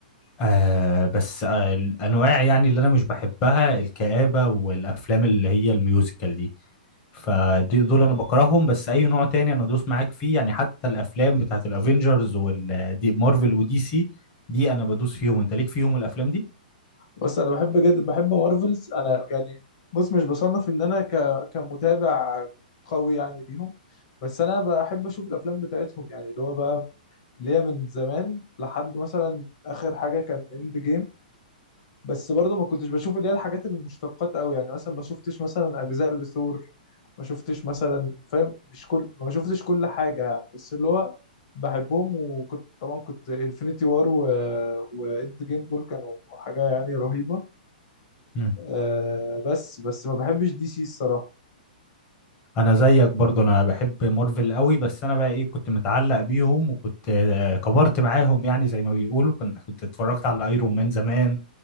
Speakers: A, on the left (about 25°); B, on the left (about 40°).
A: آه بس آه الانواع يعني اللي انا مش بحبها الكآبة والافلام اللي هي الميوزيكال دي فدي دول انا بكرههم بس اي نوع تاني انا دوس معاك فيه يعني حتى الافلام بتاعت الافينجرز والدي مارفل ودي سي دي انا بدوس فيهم انت ليك فيهم الافلام دي
B: بس انا بحب جدا بحب مارفلز انا يعني بص مش بصنف ان انا ك... كمتابع قوي يعني ليهم بس انا بحب اشوف الافلام بتاعتهم يعني اللي هو بقى اللي هي من زمان لحد مثلا اخر حاجه كان اند جيم بس برضه ما كنتش بشوف اللي هي الحاجات المشتقات قوي يعني مثلا ما شفتش مثلا اجزاء لثور ما شفتش مثلا فاهم مش كل ما شفتش كل حاجه يعني بس اللي هو بحبهم وكنت طبعا كنت انفينيتي وار و... واند جيم دول كانوا حاجه يعني رهيبه
A: امم
B: آه بس بس ما بحبش دي سي الصراحه
A: انا زيك برضو انا بحب مارفل قوي بس انا بقى ايه كنت متعلق بيهم وكنت آه، كبرت معاهم يعني زي ما بيقولوا كن- كنت اتفرجت على ايرون مان زمان